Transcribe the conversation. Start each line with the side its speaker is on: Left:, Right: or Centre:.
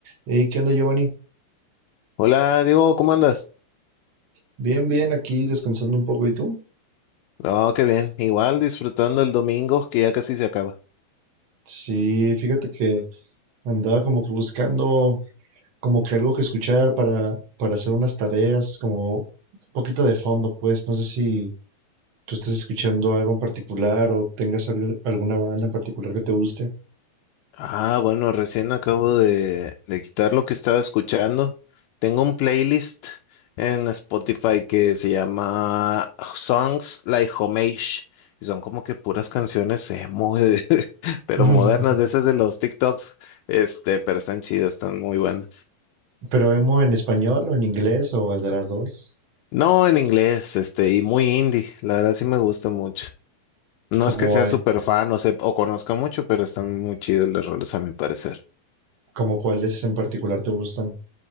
Right: Hey, ¿qué onda, Giovanni?
Left: Hola, Diego, ¿cómo andas?
Right: Bien, bien, aquí descansando un poco. ¿Y tú?
Left: No, qué bien. Igual disfrutando el domingo que ya casi se acaba.
Right: Sí, fíjate que andaba como que buscando como que algo que escuchar para, para hacer unas tareas, como un poquito de fondo, pues. No sé si tú estás escuchando algo en particular o tengas al- alguna banda en particular que te guste.
Left: Ah, bueno, recién acabo de, de quitar lo que estaba escuchando. Tengo un playlist en Spotify que se llama Songs Like Homage. Y son como que puras canciones emo, de- <laughs> pero
Right: <laughs>
Left: modernas, de esas de los TikToks. Este, pero están chidas, están muy buenas.
Right: ¿Pero emo en español o en inglés o de las dos?
Left: No en inglés, este, y muy indie. La verdad sí me gusta mucho. No
Right: ¿Como,
Left: es que sea
Right: al-
Left: súper fan o, sep- o conozca mucho, pero están muy chidos los roles a mi parecer.
Right: como cuáles en particular te gustan?